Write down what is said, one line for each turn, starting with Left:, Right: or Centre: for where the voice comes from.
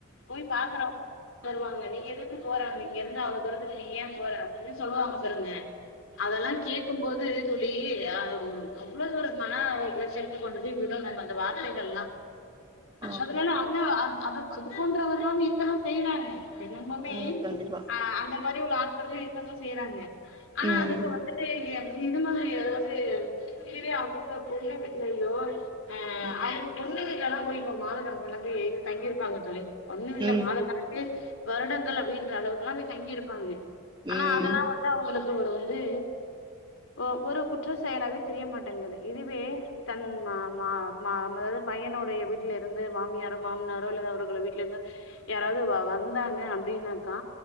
Left: போய் பாக்கறா வருவாங்க நீங்க எதுக்கு போற அங்க இங்க இருந்து அவ்ளோ தூரத்துக்கு நீ ஏன் போற அப்படின்னு சொல்லுவாங்க பாருங்க அதெல்லா கேக்கும் போது தோழி அ அவ்ளோ தூர மன உளைச்சலுக்கு கொண்டுபோய் விடுங்க அந்த வார்த்தைகள்லா
Right: ஆ
Left: அதுலலா அங்க அத அது போன்றவர்களும் இருக்கத்தான் செய்றாங்க இன்னமுமே
Right: ம் கண்டிப்பா
Left: அந்த மாரி உள்ள ஆட்களுமே இருக்கதா செய்றாங்க ஆனா
Right: ம்
Left: அதுக்கு வந்துட்டு இது மாறி அதாவது இதுவே அவுங்க பொண்ணு வீட்லையோ அ
Right: ம்
Left: அது பொண்ணு வீட்லலா போயி இப்ப மாத கணக்குலலா போய் தங்கியிருப்பாங்க தோழி பொண்ணு வீட்ல
Right: ம்
Left: மாதக் கணக்கு வருடங்கள் அப்படின்ற அளவுக்கெல்லா போயி தங்கியிருப்பாங்க ஆனா
Right: ம்
Left: அதெல்லா வந்து அவுங்களுக்கு ஒரு வந்து ஒ ஒரு குற்ற செயலாவே தெரிய மாட்டேங்குது இதுவே தன் மா மா மா என்னது பையனுடைய வீட்ல இருந்து மாமியாரும் மாமனாரோ இல்லது அவர்கள வீட்ல இருந்து யாராவது வந்தாங்க அப்படின்னாக்கா